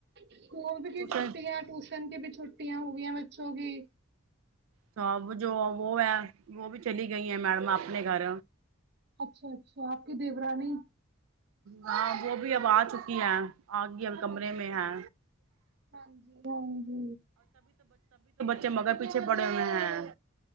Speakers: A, on the right (about 50°); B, on the right (about 75°).
A: اسکول بھی کی
B: ٹیوشن
A: چھٹییا ٹیوشن بھی چھو چھٹیاں ہو گئی ہیں بچوں کی
B: سب <inaudible> جو وہ ہے وہ بھی چلی گئی ہیں میڈم اپنے گھر
A: اچھا اچھا آپ کی دیورانی
B: ہاں وہ بھی اب آ چکی ہے آگی اب کمرے
A: اچھا
B: میں ہے
A: ہ جی ہاں ہ
B: پچھ مگر پیچھے پڑے ہوئے ہیں